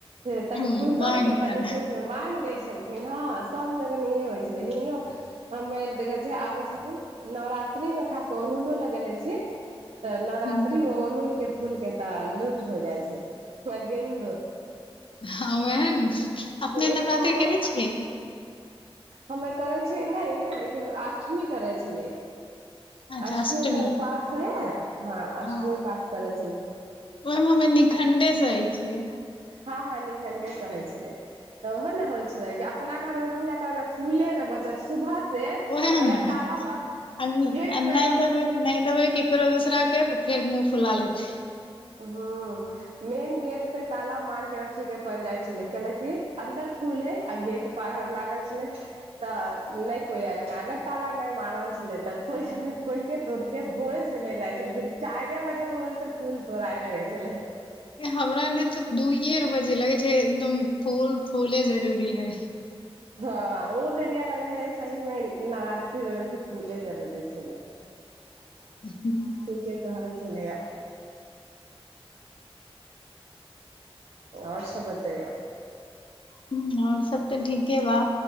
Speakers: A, on the right (about 80°); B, on the left (about 60°).
A: जे तनी
B: ह
A: फूल
B: भयंकर
A: तोड़ लियै, तनी फूल माँगि लै छलखिन हँ सब जगह इहे होइ छलै हियों हमे देखै छियै आबै छथिन नवरात्रि में खास के, अरहुलो लगेले छी, तऽ नवरात्रि
B: हँ
A: में ओड़हुल के फूल के तऽ लूट हो जाइ छलै, थोड़ा गेन्दो
B: हँ ओहे ने, अपने
A: एको
B: नवरात्रि
A: गो
B: करै छियै।
A: हमे करै छियै नहि लेकिन आठमी करै छलियै।
B: अच्छा
A: अष्टमीमे
B: अष्टमी
A: उपास होइ, हांअष्टमी
B: हँ
A: उपास करै छलियै।
B: ओहिमे हमे निखण्डे सहय छिऐ।
A: हँ हँ निखन्डे सहय छलियै, तऽ ओहो ने होइ छले कि अपना घर में पूजा फूले नहि बचय छै, सुबह से
B: ओएह
A: अगर
B: ने आ
A: ताला मारत,
B: न-
A: गेट
B: आ नहि
A: मे अगर
B: देबै नहि देबै केकरो दोसरा के तऽफेर मुँह फुला लेत।
A: हँ। मेन गेट पे ताला मार के रखे के पड़ जाइ छलै कैला की अन्दर फूल है आ गेट बाहर लागल छलै तऽ नहि कोइ एलक अगर ताला नहि मारल छलै तऽ कोई आदमी खोलि के तोड़ि के भोरे से ले जाइ छलखिन, चाइरे बजे भोर से फूल तोड़ाय लगै छलै।
B: हमरा एने तऽ दूइये बजे लगे छै एकदम फूल फूले जरूरी है।
A: हँ ओ बेरिया लगे हे सहीमे नवरात्रिके फूले जरूरी छलै।
B: <inaudible>
A: ठीके कहल छलैये। और सब बतैयो।
B: हं और सब तऽ ठीके बा,